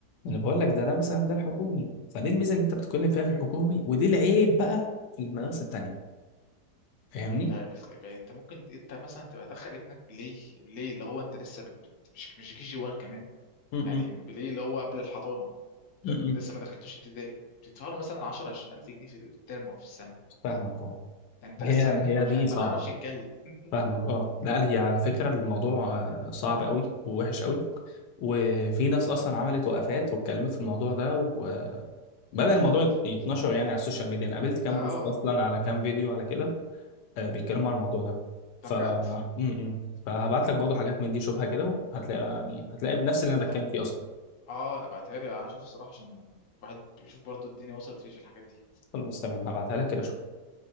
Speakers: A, on the left (about 80°); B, on the left (about 55°).
A: انا بقول لك ده ده مثلا ده الحكومي فدي الميزه اللي انت بتتكلم فيها في الحكومي ودي العيب بقى في المدارس التانيه فاهمني
B: لا، بت- ب- انت ممكن انت مثلا تبقى دخل ابنك بلاي بلاي اللي هو انت لسه بت... بت... مش مش كي جي 1 كمان
A: م-م.
B: يعني بلاي اللي هو قبل الحضانة
A: م-م.
B: لما انت لسه ما دخلتوش ابتدائي بتدفع له مثلا 10 20000 جنيه في الترم او في السنة
A: فاهمك اه
B: ده انت
A: ما
B: لسه
A: هي
B: ابنك
A: ما هي
B: ما, بشع...
A: دي صعب
B: ما بيعرفش يتكلم <laughs>
A: فاهمك اه لا هي على فكره الموضوع آه، صعب قوي ووحش قوي وفي ناس اصلا عملت وقفات واتكلمت في الموضوع ده وبدأ الموضوع يت- يتنشر يعني على السوشيال ميديا انا قابلت كام
B: ده اه
A: بوست اصلا
B: آه.
A: على كام فيديو على كده آه، بيتكلموا على الموضوع ده
B: ده
A: ف
B: بجد
A: م-م. فهبعت لك برضه
B: طب
A: حاجات من دي شوفها كده وهتلاقي يعني هتلاقي نفس اللي انا
B: طب
A: بتكلم فيه اصلا
B: اه ابعتها لي انا اشوف الصراحه عشان الواحد بيشوف برضو الدنيا وصلت ليه في الحاجات دي
A: خلاص تمام هبعتها لك كده